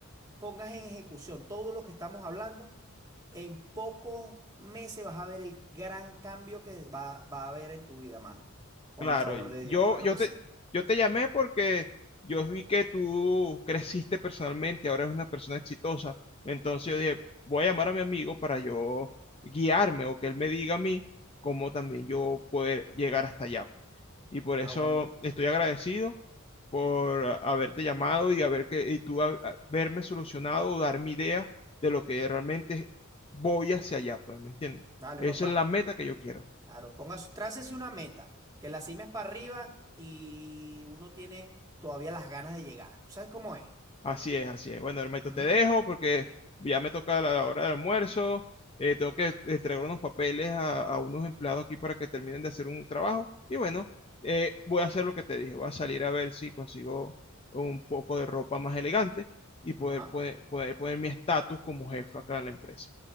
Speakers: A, on the right (about 15°); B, on the left (about 25°).
A: pongas en ejecución todo lo que estamos hablando, en pocos meses vas a ver el gran cambio que va, va a haber en tu vida, mano. Con
B: Claro,
A: el favor
B: y
A: de
B: yo,
A: Dios, claro
B: yo
A: que
B: te,
A: sí.
B: yo te llamé porque yo vi que tú creciste personalmente, ahora eres una persona exitosa. Entonces yo dije, voy a llamar a mi amigo para yo guiarme o que él me diga a mí cómo también yo poder llegar hasta allá, pues. Y por
A: Ah,
B: eso
A: bueno,
B: estoy agradecido por a- haberte llamado y haber que, y tú a- haberme solucionado o dar mi idea de lo que realmente voy hacia allá, pues, ¿me entiendes?
A: dale,
B: Esa
A: papá.
B: es la meta que yo quiero.
A: Claro, pongas, trácese una meta, que la cima es para arriba y uno tiene todavía las ganas de llegar. ¿Sabes cómo es?
B: Así es, así es. Bueno, hermanito,
A: Ujú,
B: te dejo porque ya me toca la hora del almuerzo. Eh, tengo que entregar unos papeles a, a unos empleados aquí para que terminen de hacer un trabajo. Y bueno, eh, voy a hacer lo que te dije. Voy a salir a ver si consigo un poco de ropa más elegante y poder,
A: Ajá.
B: poner- poder poner mi estatus como jefe acá en la empresa.